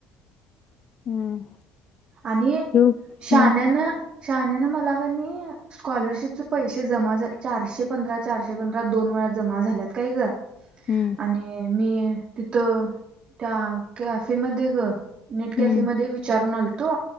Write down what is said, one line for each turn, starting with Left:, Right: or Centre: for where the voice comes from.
Left: हम्म.
Right: आणि
Left: ठेवू?
Right: शहाण्यानं
Left: हम्म
Right: शहाण्यानं मला कणी स्कॉलरशिपचं पैसे जमा झा चारशे पंधरा चारशे पंधरा दोन वेळा जमा झाल्यात काय ग.
Left: हम्म.
Right: आणि मी तिथं त्या कॅफे मध्ये ग नेट कॅफे
Left: हम्म
Right: मध्ये विचारून आलतो